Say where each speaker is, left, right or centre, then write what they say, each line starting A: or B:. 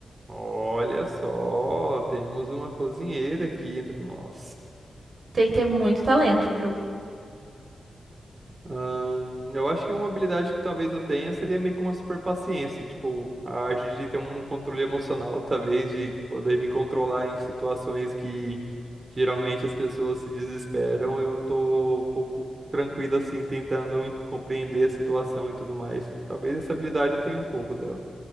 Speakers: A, on the right (about 40°); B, on the right (about 60°).
A: Olha só, temos uma cozinheira aqui entre nós.
B: Tem que ter muito talento, viu?
A: Ahn, eu acho que uma habilidade que talvez eu tenha seria meio que uma super paciência, tipo, a arte de ter um controle emocional, talvez, de poder me controlar em situações que geralmente as pessoas se desesperam, eu tô um pouco tranquilo assim, tentando en- compreender a situação e tudo mais. Talvez essa habilidade eu tenha um pouco dela.